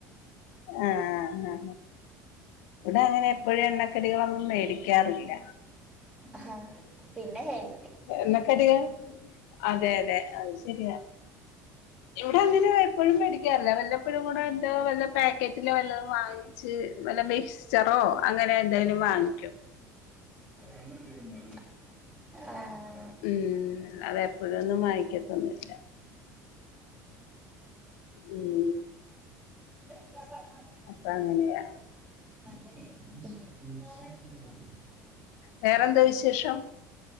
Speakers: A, on the left; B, on the right.
A: ആ ആ ഇവിടെ അങ്ങനെ എപ്പോഴും എണ്ണക്കടികളൊന്നും മേടിക്കാറില്ല.
B: ആഹ് പിന്നെ ഹേൽ.
A: എണ്ണക്കടികള അതെ അതെ. ശരിയാ ഇവിടെ അങ്ങനെ എപ്പോഴും മേടിക്കാറില്ലേ വല്ലപ്പോഴും കൂടെ എന്താ വല്ല. പാക്കറ്റില് വല്ലതും വാങ്ങിച്ച് വല്ല മിക്സ്ചറോ അങ്ങനെ എന്തേലും വാങ്ങിക്കും.
B: ആണല്ലേ ആ.
A: ഉംഹ് അതെപ്പോഴൊന്നും വാങ്ങിക്കത്തൊന്നുല്ല. ഉംഹ്
B: അപ്പോ
A: അപ്പ അങ്ങനെയാ.
B: <inaudible>
A: വേറെന്താ വിശേഷം.